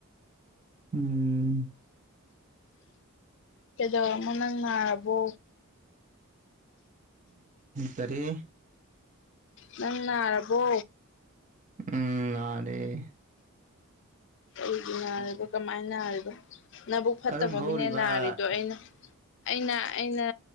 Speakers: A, on the right; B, on the left.
A: ꯎꯝ
B: ꯀꯩꯗꯧ ꯑꯃ ꯅꯪꯔꯔꯕꯣ
A: ꯇꯔꯦ
B: ꯅꯪ ꯅꯥꯔꯕꯣ
A: ꯎꯝ ꯑꯗꯦꯔ
B: ꯑꯩꯒꯤ ꯅꯥꯔꯗꯣ ꯀꯃꯥꯏꯅ ꯅꯥꯔꯤꯗꯣ ꯅꯕꯨꯛ ꯐꯠꯇꯕꯒꯤꯅꯦ
A: ꯑꯔꯨꯝ ꯍꯧꯔꯤꯕ
B: ꯅꯥꯔꯤꯗꯣ ꯑꯩꯅ ꯑꯩꯅ ꯑꯩꯅ